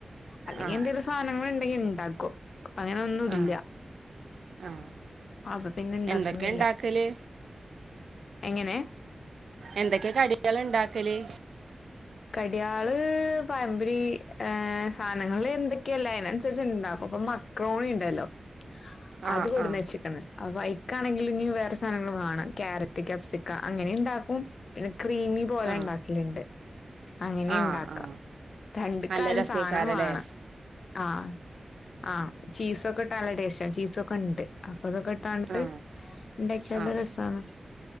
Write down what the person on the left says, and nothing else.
അല്ലെങ്കി
എന്തേലും സാധനങ്ങള് ഇണ്ടെങ്കില് ഇണ്ടാക്കും ഇപ്പൊ അങ്ങനൊന്നുംല്ല
അപ്പൊ പിന്നെ ഇണ്ടാക്ണില്ല
എങ്ങനെ?
കടിയാള് പഴംപൊരി ഏഹ് സാധനങ്ങള് എന്തൊക്കെ ഇല്ലേ അയിനനുസരിച്ച് ഇണ്ടാക്കും ഇപ്പ മക്രോണിണ്ടല്ലോ
അത് കൊട്ന്നച്ച്ക്ക്ണ്
അപ്പൊ അയ്ക്കാണെങ്കില് ഇനിയും വേറെ സാധനങ്ങള് വേണം ക്യാരറ്റ്, ക്യാപ്സിക്ക, അങ്ങനെയും ഇണ്ടാക്കും പിന്നെ ക്രീമി പോലെ
ഇണ്ടാക്കല്ണ്ട് അങ്ങനിം
ഇണ്ടാക്കാം
രണ്ട്ക്കായാലും
സാധനം വാണം ആഹ് ആഹ് ചീസൊക്കെ ഇട്ട നല്ല ടേസ്റ്റ ചീസൊക്കെയിണ്ട് അപ്പൊ അതൊക്കെ ഇ <unintelligible> ണ്ട്
ഇണ്ടാക്കിയാലും
രസാണ്